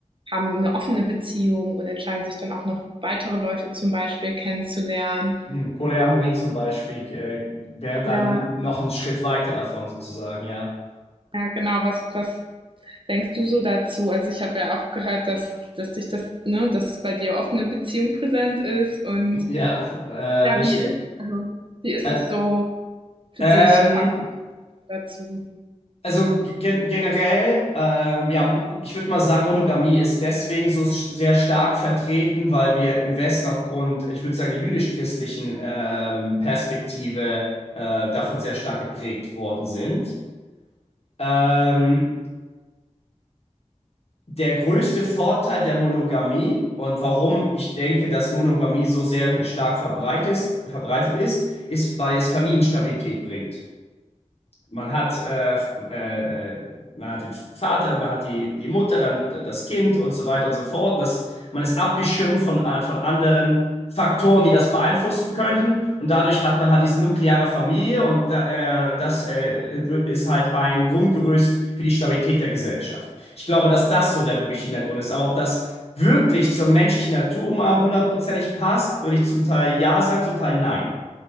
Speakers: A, on the right; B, on the left.
A: haben eine offene Beziehung und entscheiden sich dann auch noch weitere Leute zum Beispiel kennenzulernen.
B: Hm, Polyamorie zum Beispiel äh, wäre dann
A: Ja,
B: noch ein Schritt weiter davon sozusagen, ja.
A: ja genau, was, was denkst du so dazu? Also ich habe ja auch gehört, dass, dass dich das, ne, dass bei dir offene Beziehung präsent ist und
B: Ja, äh,
A: ja,
B: richtig.
A: wie ist, also, wie ist
B: Ä-
A: es so für
B: ähm,
A: dich quasi dazu?
B: also ge generell, ähm, ja, m- ich würde mal sagen, Monogamie ist deswegen so sch- sehr stark vertreten, weil wir im Westen aufgrund, ich würde sagen, der jüdisch-christlichen ähm, Perspektive äh, davon sehr stark geprägt worden sind. Ähm, der größte Vorteil der Monogamie und warum ich denke, dass Monogamie so sehr stark verbreitet ist, verbreitet ist, ist, weil es Familienstabilität bringt. Man hat, äh, äh, äh, man hat den Vater, man hat die, die Mutter, dann das Kind und so weiter und so fort. Und das, man ist abgeschirmt von, äh, von anderen Faktoren, die das beeinflussen könnten. Und dadurch hat man halt diese nukleare Familie und da, äh, das äh, ist halt ein Grundgerüst für die Stabilität der Gesellschaft. Ich glaube, dass das so der wirkliche Hintergrund ist. Aber ob das wirklich zur menschlichen Natur mal hundertprozentig passt, würde ich zum Teil ja sagen, zum Teil nein.